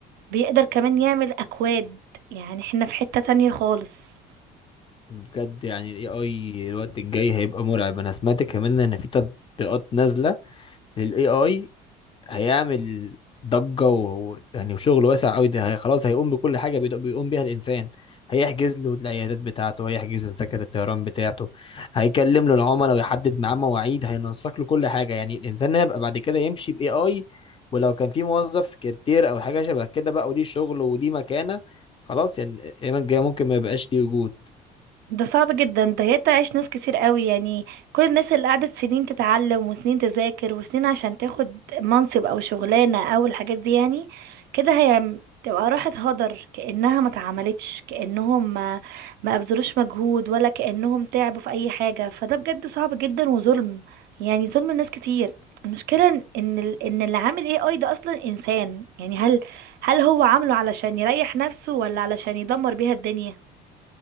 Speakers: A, on the right; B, on the left.
A: بيقدر كمان يعمل أكواد يعني احنا في حتة تانية خالص
B: بجد يعني الاي اي الوقت الجاي هيبقى مرعب انا سمعت كمان ان في تطبيقات نازله للاي اي هيعمل ضجه و... يعني وشغل واسع قوي ده هي خلاص هيقوم بكل حاجه بيد- بيقوم بيها الانسان هيحجز له العيادات بتاعته هيحجز له تذاكر الطيران بتاعته هيكلم له العملاء ويحدد معاه مواعيد هينسق له كل حاجه يعني الانسان هيبقى بعد كده يمشي باي اي ولو كان في موظف سكرتير او حاجه شبه كده بقى وليه شغل وليه مكانه خلاص يعني الايام الجايه ممكن ما يبقاش ليه وجود
A: ده صعب جدا ده هيتعش ناس كتير قوي يعني كل الناس اللي قعدت سنين تتعلم وسنين تذاكر وسنين عشان تاخد منصب او شغلانة او الحاجات دي يعني كده هي تبقى راحت هدر كأنها ما اتعملتش كأنهم ما ما ابذلوش مجهود ولا كأنهم تعبوا في اي حاجة فده بجد صعب جدا وظلم يعني ظلم الناس كتير المشكلة ان ان ال- إن اللي عامل ايه اي ده اصلا انسان يعني هل هل هو عامله علشان يريح نفسه ولا علشان يدمر بيها الدنيا